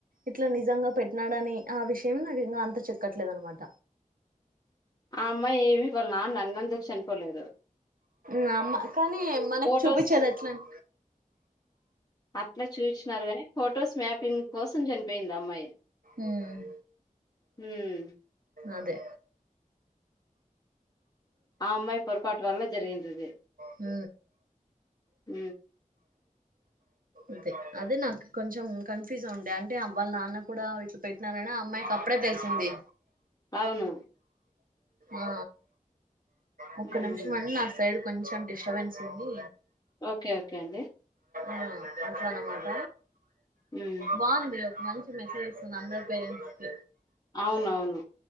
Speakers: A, on the right; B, on the left.
A: ఇట్ల నిజంగా పెట్టినాడని ఆ విషయం నాకు ఇంకా అంతు చిక్కట్లేదనమాట
B: ఆ అమ్మాయి ఏమి వాళ్ల నాన్నను అన్నందుకు చనిపోలేదు
A: నామ్మ కానీ మనకు
B: ఫొటోస్
A: చూపించేది ఎట్లా అం
B: అట్లా చూయించినారు గానీ ఫొటోస్ మ్యాప్ పిన్ కోసం చనిపోయిందా అమ్మాయి
A: ఉమ్,
B: ఉమ్
A: అదే
B: ఆమ్మాయి పొపాటు వల్ల జరిందే
A: హ
B: హ
A: అదే అదే నాకు కొంచెం కన్ఫ్యూజ్ ఉండే అంటే అ వాళ నాన్న కూడా వీట్లు పెట్టినారనే అమ్మాయికి అప్పుడే తెసింది
B: అవును
A: ఆ ఒకక్క
B: ఉమ్
A: నిమిషం మ కొంచెం డిస్టర్బెన్స్ ఉంది
B: ఓకే ఓకే అండి
A: ఆ అసనమాట
B: ఉమ్
A: బందంది అప్పను మెసేజ్ అందేరెంట్స్
B: అవునవును